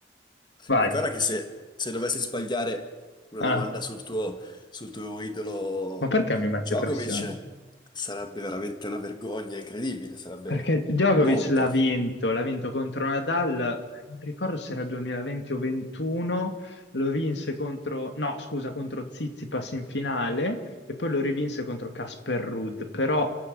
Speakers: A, on the left; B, on the left.
A: Vai.
B: Ricorda che se, se dovessi sbagliare una
A: Ah,
B: domanda sul tuo, sul tuo idolo
A: ma perché mi mette
B: Djokovic,
A: pressione?
B: sarebbe veramente una vergogna incredibile, sarebbe
A: Perché Djokovic
B: un'onta.
A: l'ha vinto, l'ha vinto contro Nadal, non ricordo se era 2020 o 21, lo vinse contro, no, scusa, contro Tsitsipas in finale e poi lo rivinse contro Casper Ruud, però